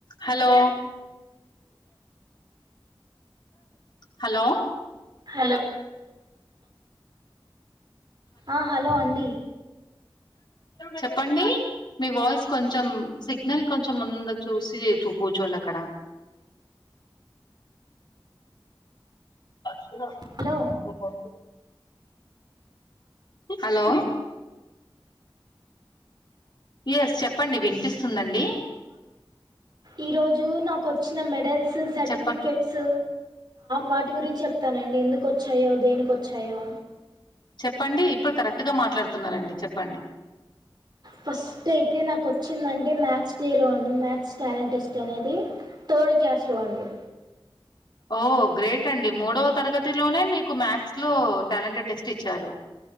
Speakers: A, on the left (about 55°); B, on the right (about 55°).
A: హలో హలో
B: హలో ఆ హలో అండి
A: చెప్పండి మీ వాయిస్ కొంచెం సిగ్నల్ కొంచెం ముందు చూసి కూర్చోండాక్కడ చ్చ
B: హలో
A: కొ హలో ఎస్ చెప్పండి వినిపిస్తుందండి
B: ఈరోజు నాకు వచ్చిన మెడల్స్ సర్టిఫికెట్స్
A: చెప్ప
B: వాటి గురించి చెప్తానండి ఎందుకు వచ్చాయో దేనికొచ్చాయో
A: చెప్పండి ఇప్పుడు కరెక్ట్గా మాట్లాడుతున్నారండి చెప్పండి
B: ఫస్ట్ అయితే నాకు వచ్చిందంటడి మ్యాథ్స్ డేలో అండి మ్యాథ్స్ టాలెంట్ టెస్ట్ అనేది థర్డ్ క్లాస్ లో అండి
A: ఓ గ్రేట్ అండి మూడవ తరగతిలోనే మీకు మ్యాథ్స్ లో టాలెంటెడ్ టెస్ట్ ఇచ్చారు